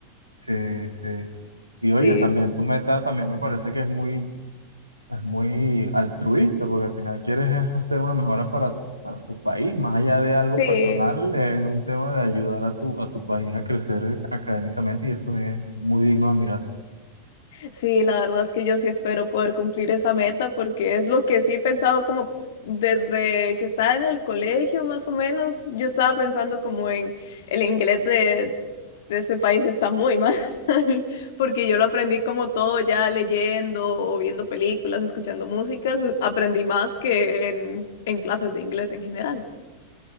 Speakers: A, on the right; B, on the left.
A: Sí, sí. Y oye,
B: Sí,
A: también tu meta también me parece que es muy Es muy altruista porque al final quieres es hacer una mejora para, para tu país. Más allá de algo
B: sí.
A: personal, es un tema de ayudar a tu, a tu país a crecer académicamente y eso también es muy digno de admirar.
B: Sí, la verdad es que yo sí espero poder cumplir esa meta porque es lo que sí he pensado como desde que estaba en el colegio más o menos, yo estaba pensando como en el inglés de, de este país está muy mal <laughs> porque yo lo aprendí como todo ya leyendo o viendo películas, escuchando músicas, aprendí más que en, en clases de inglés en general.